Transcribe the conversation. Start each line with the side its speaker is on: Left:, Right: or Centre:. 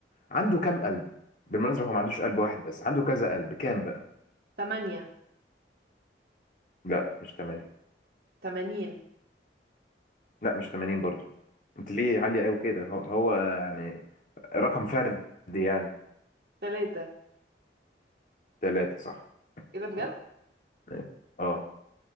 Left: عنده كام قلب؟ بالمناسبة هو ما عندوش قلب واحد بس عنده كذا قلب كام بقى؟
Right: تمانية
Left: لا مش 8
Right: تمانين
Left: لا مش 80 برضو انت ليه عالية قوي كده هو, هو يعني رقم فردي يعني
Right: تلاتة
Left: ثلاثة صح
Right: إيه ده بجد؟
Left: صح ماشي. اه